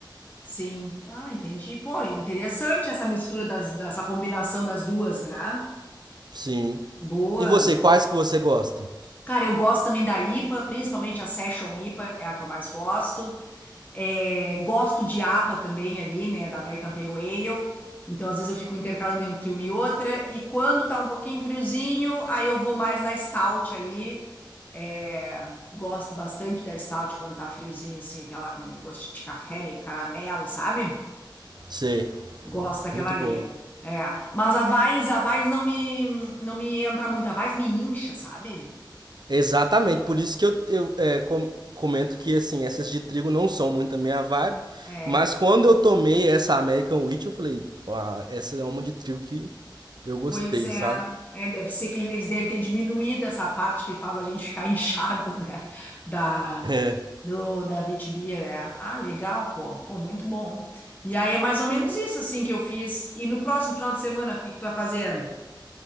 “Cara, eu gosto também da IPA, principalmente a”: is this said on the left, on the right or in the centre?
Left